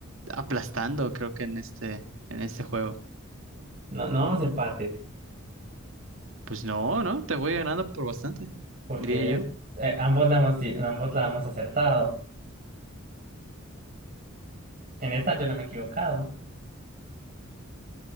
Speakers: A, on the right; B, on the right.
A: aplastando, creo que en este, en este juego.
B: No, no vamos a empate,
A: Pues no, no, te voy ganando por bastante,
B: porque
A: diría yo.
B: eh, ambos la hemos, di- ambos la hemos acertado. En esta yo no me he equivocado,